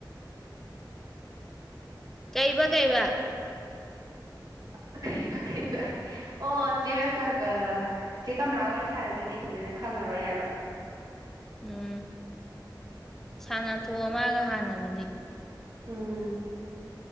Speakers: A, in the centre; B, on the right.
A: ꯀꯩꯕ ꯀꯩꯕ
B: <unintelligible> ꯆꯦ ꯀꯃꯂꯥ ꯋꯥꯔꯤ ꯁꯥꯟꯅꯗ꯭ꯔꯗꯤ ꯐꯖꯅ ꯈꯪꯉꯔꯣꯏ ꯍꯥꯏꯕ
A: ꯎꯝ ꯁꯥꯟꯅ ꯊꯣꯛꯑꯃꯒ ꯍꯥꯟꯅꯗꯨꯗꯤ
B: ꯑꯝ